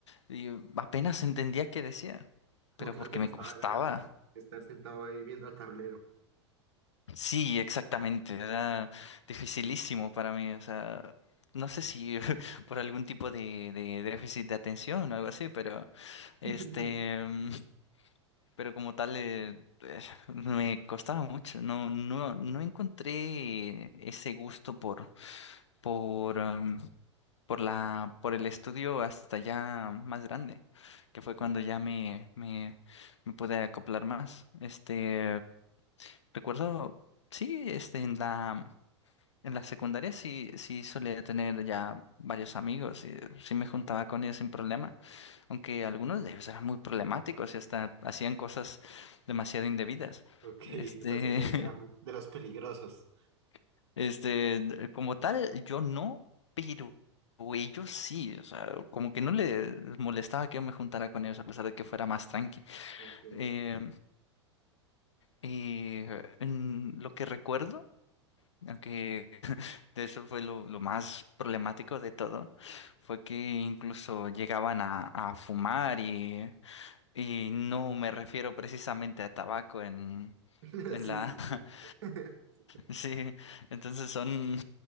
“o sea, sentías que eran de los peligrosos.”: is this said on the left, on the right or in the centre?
Right